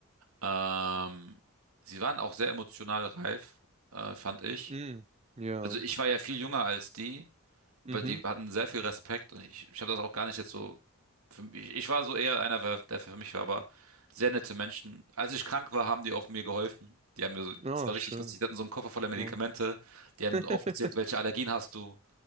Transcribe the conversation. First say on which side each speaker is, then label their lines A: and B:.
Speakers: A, on the right; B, on the right.
A: Ähm, sie waren auch sehr emotional reif, äh, fand ich.
B: Mm, ja.
A: Also ich war ja viel jünger als die, weil
B: Mhm.
A: die hatten sehr viel Respekt und ich, ich habe das auch gar nicht jetzt so. Für mich, ich war so eher einer, wer- der für mich war, aber sehr nette Menschen. Als ich krank war, haben die auch mir geholfen. Die haben mir so,
B: Ah,
A: es war
B: schön.
A: richtig lustig, die hatten so einen Koffer voller Medikamente,
B: Wow.
A: die
B: <laughs>
A: haben aufgezählt, welche Allergien hast du.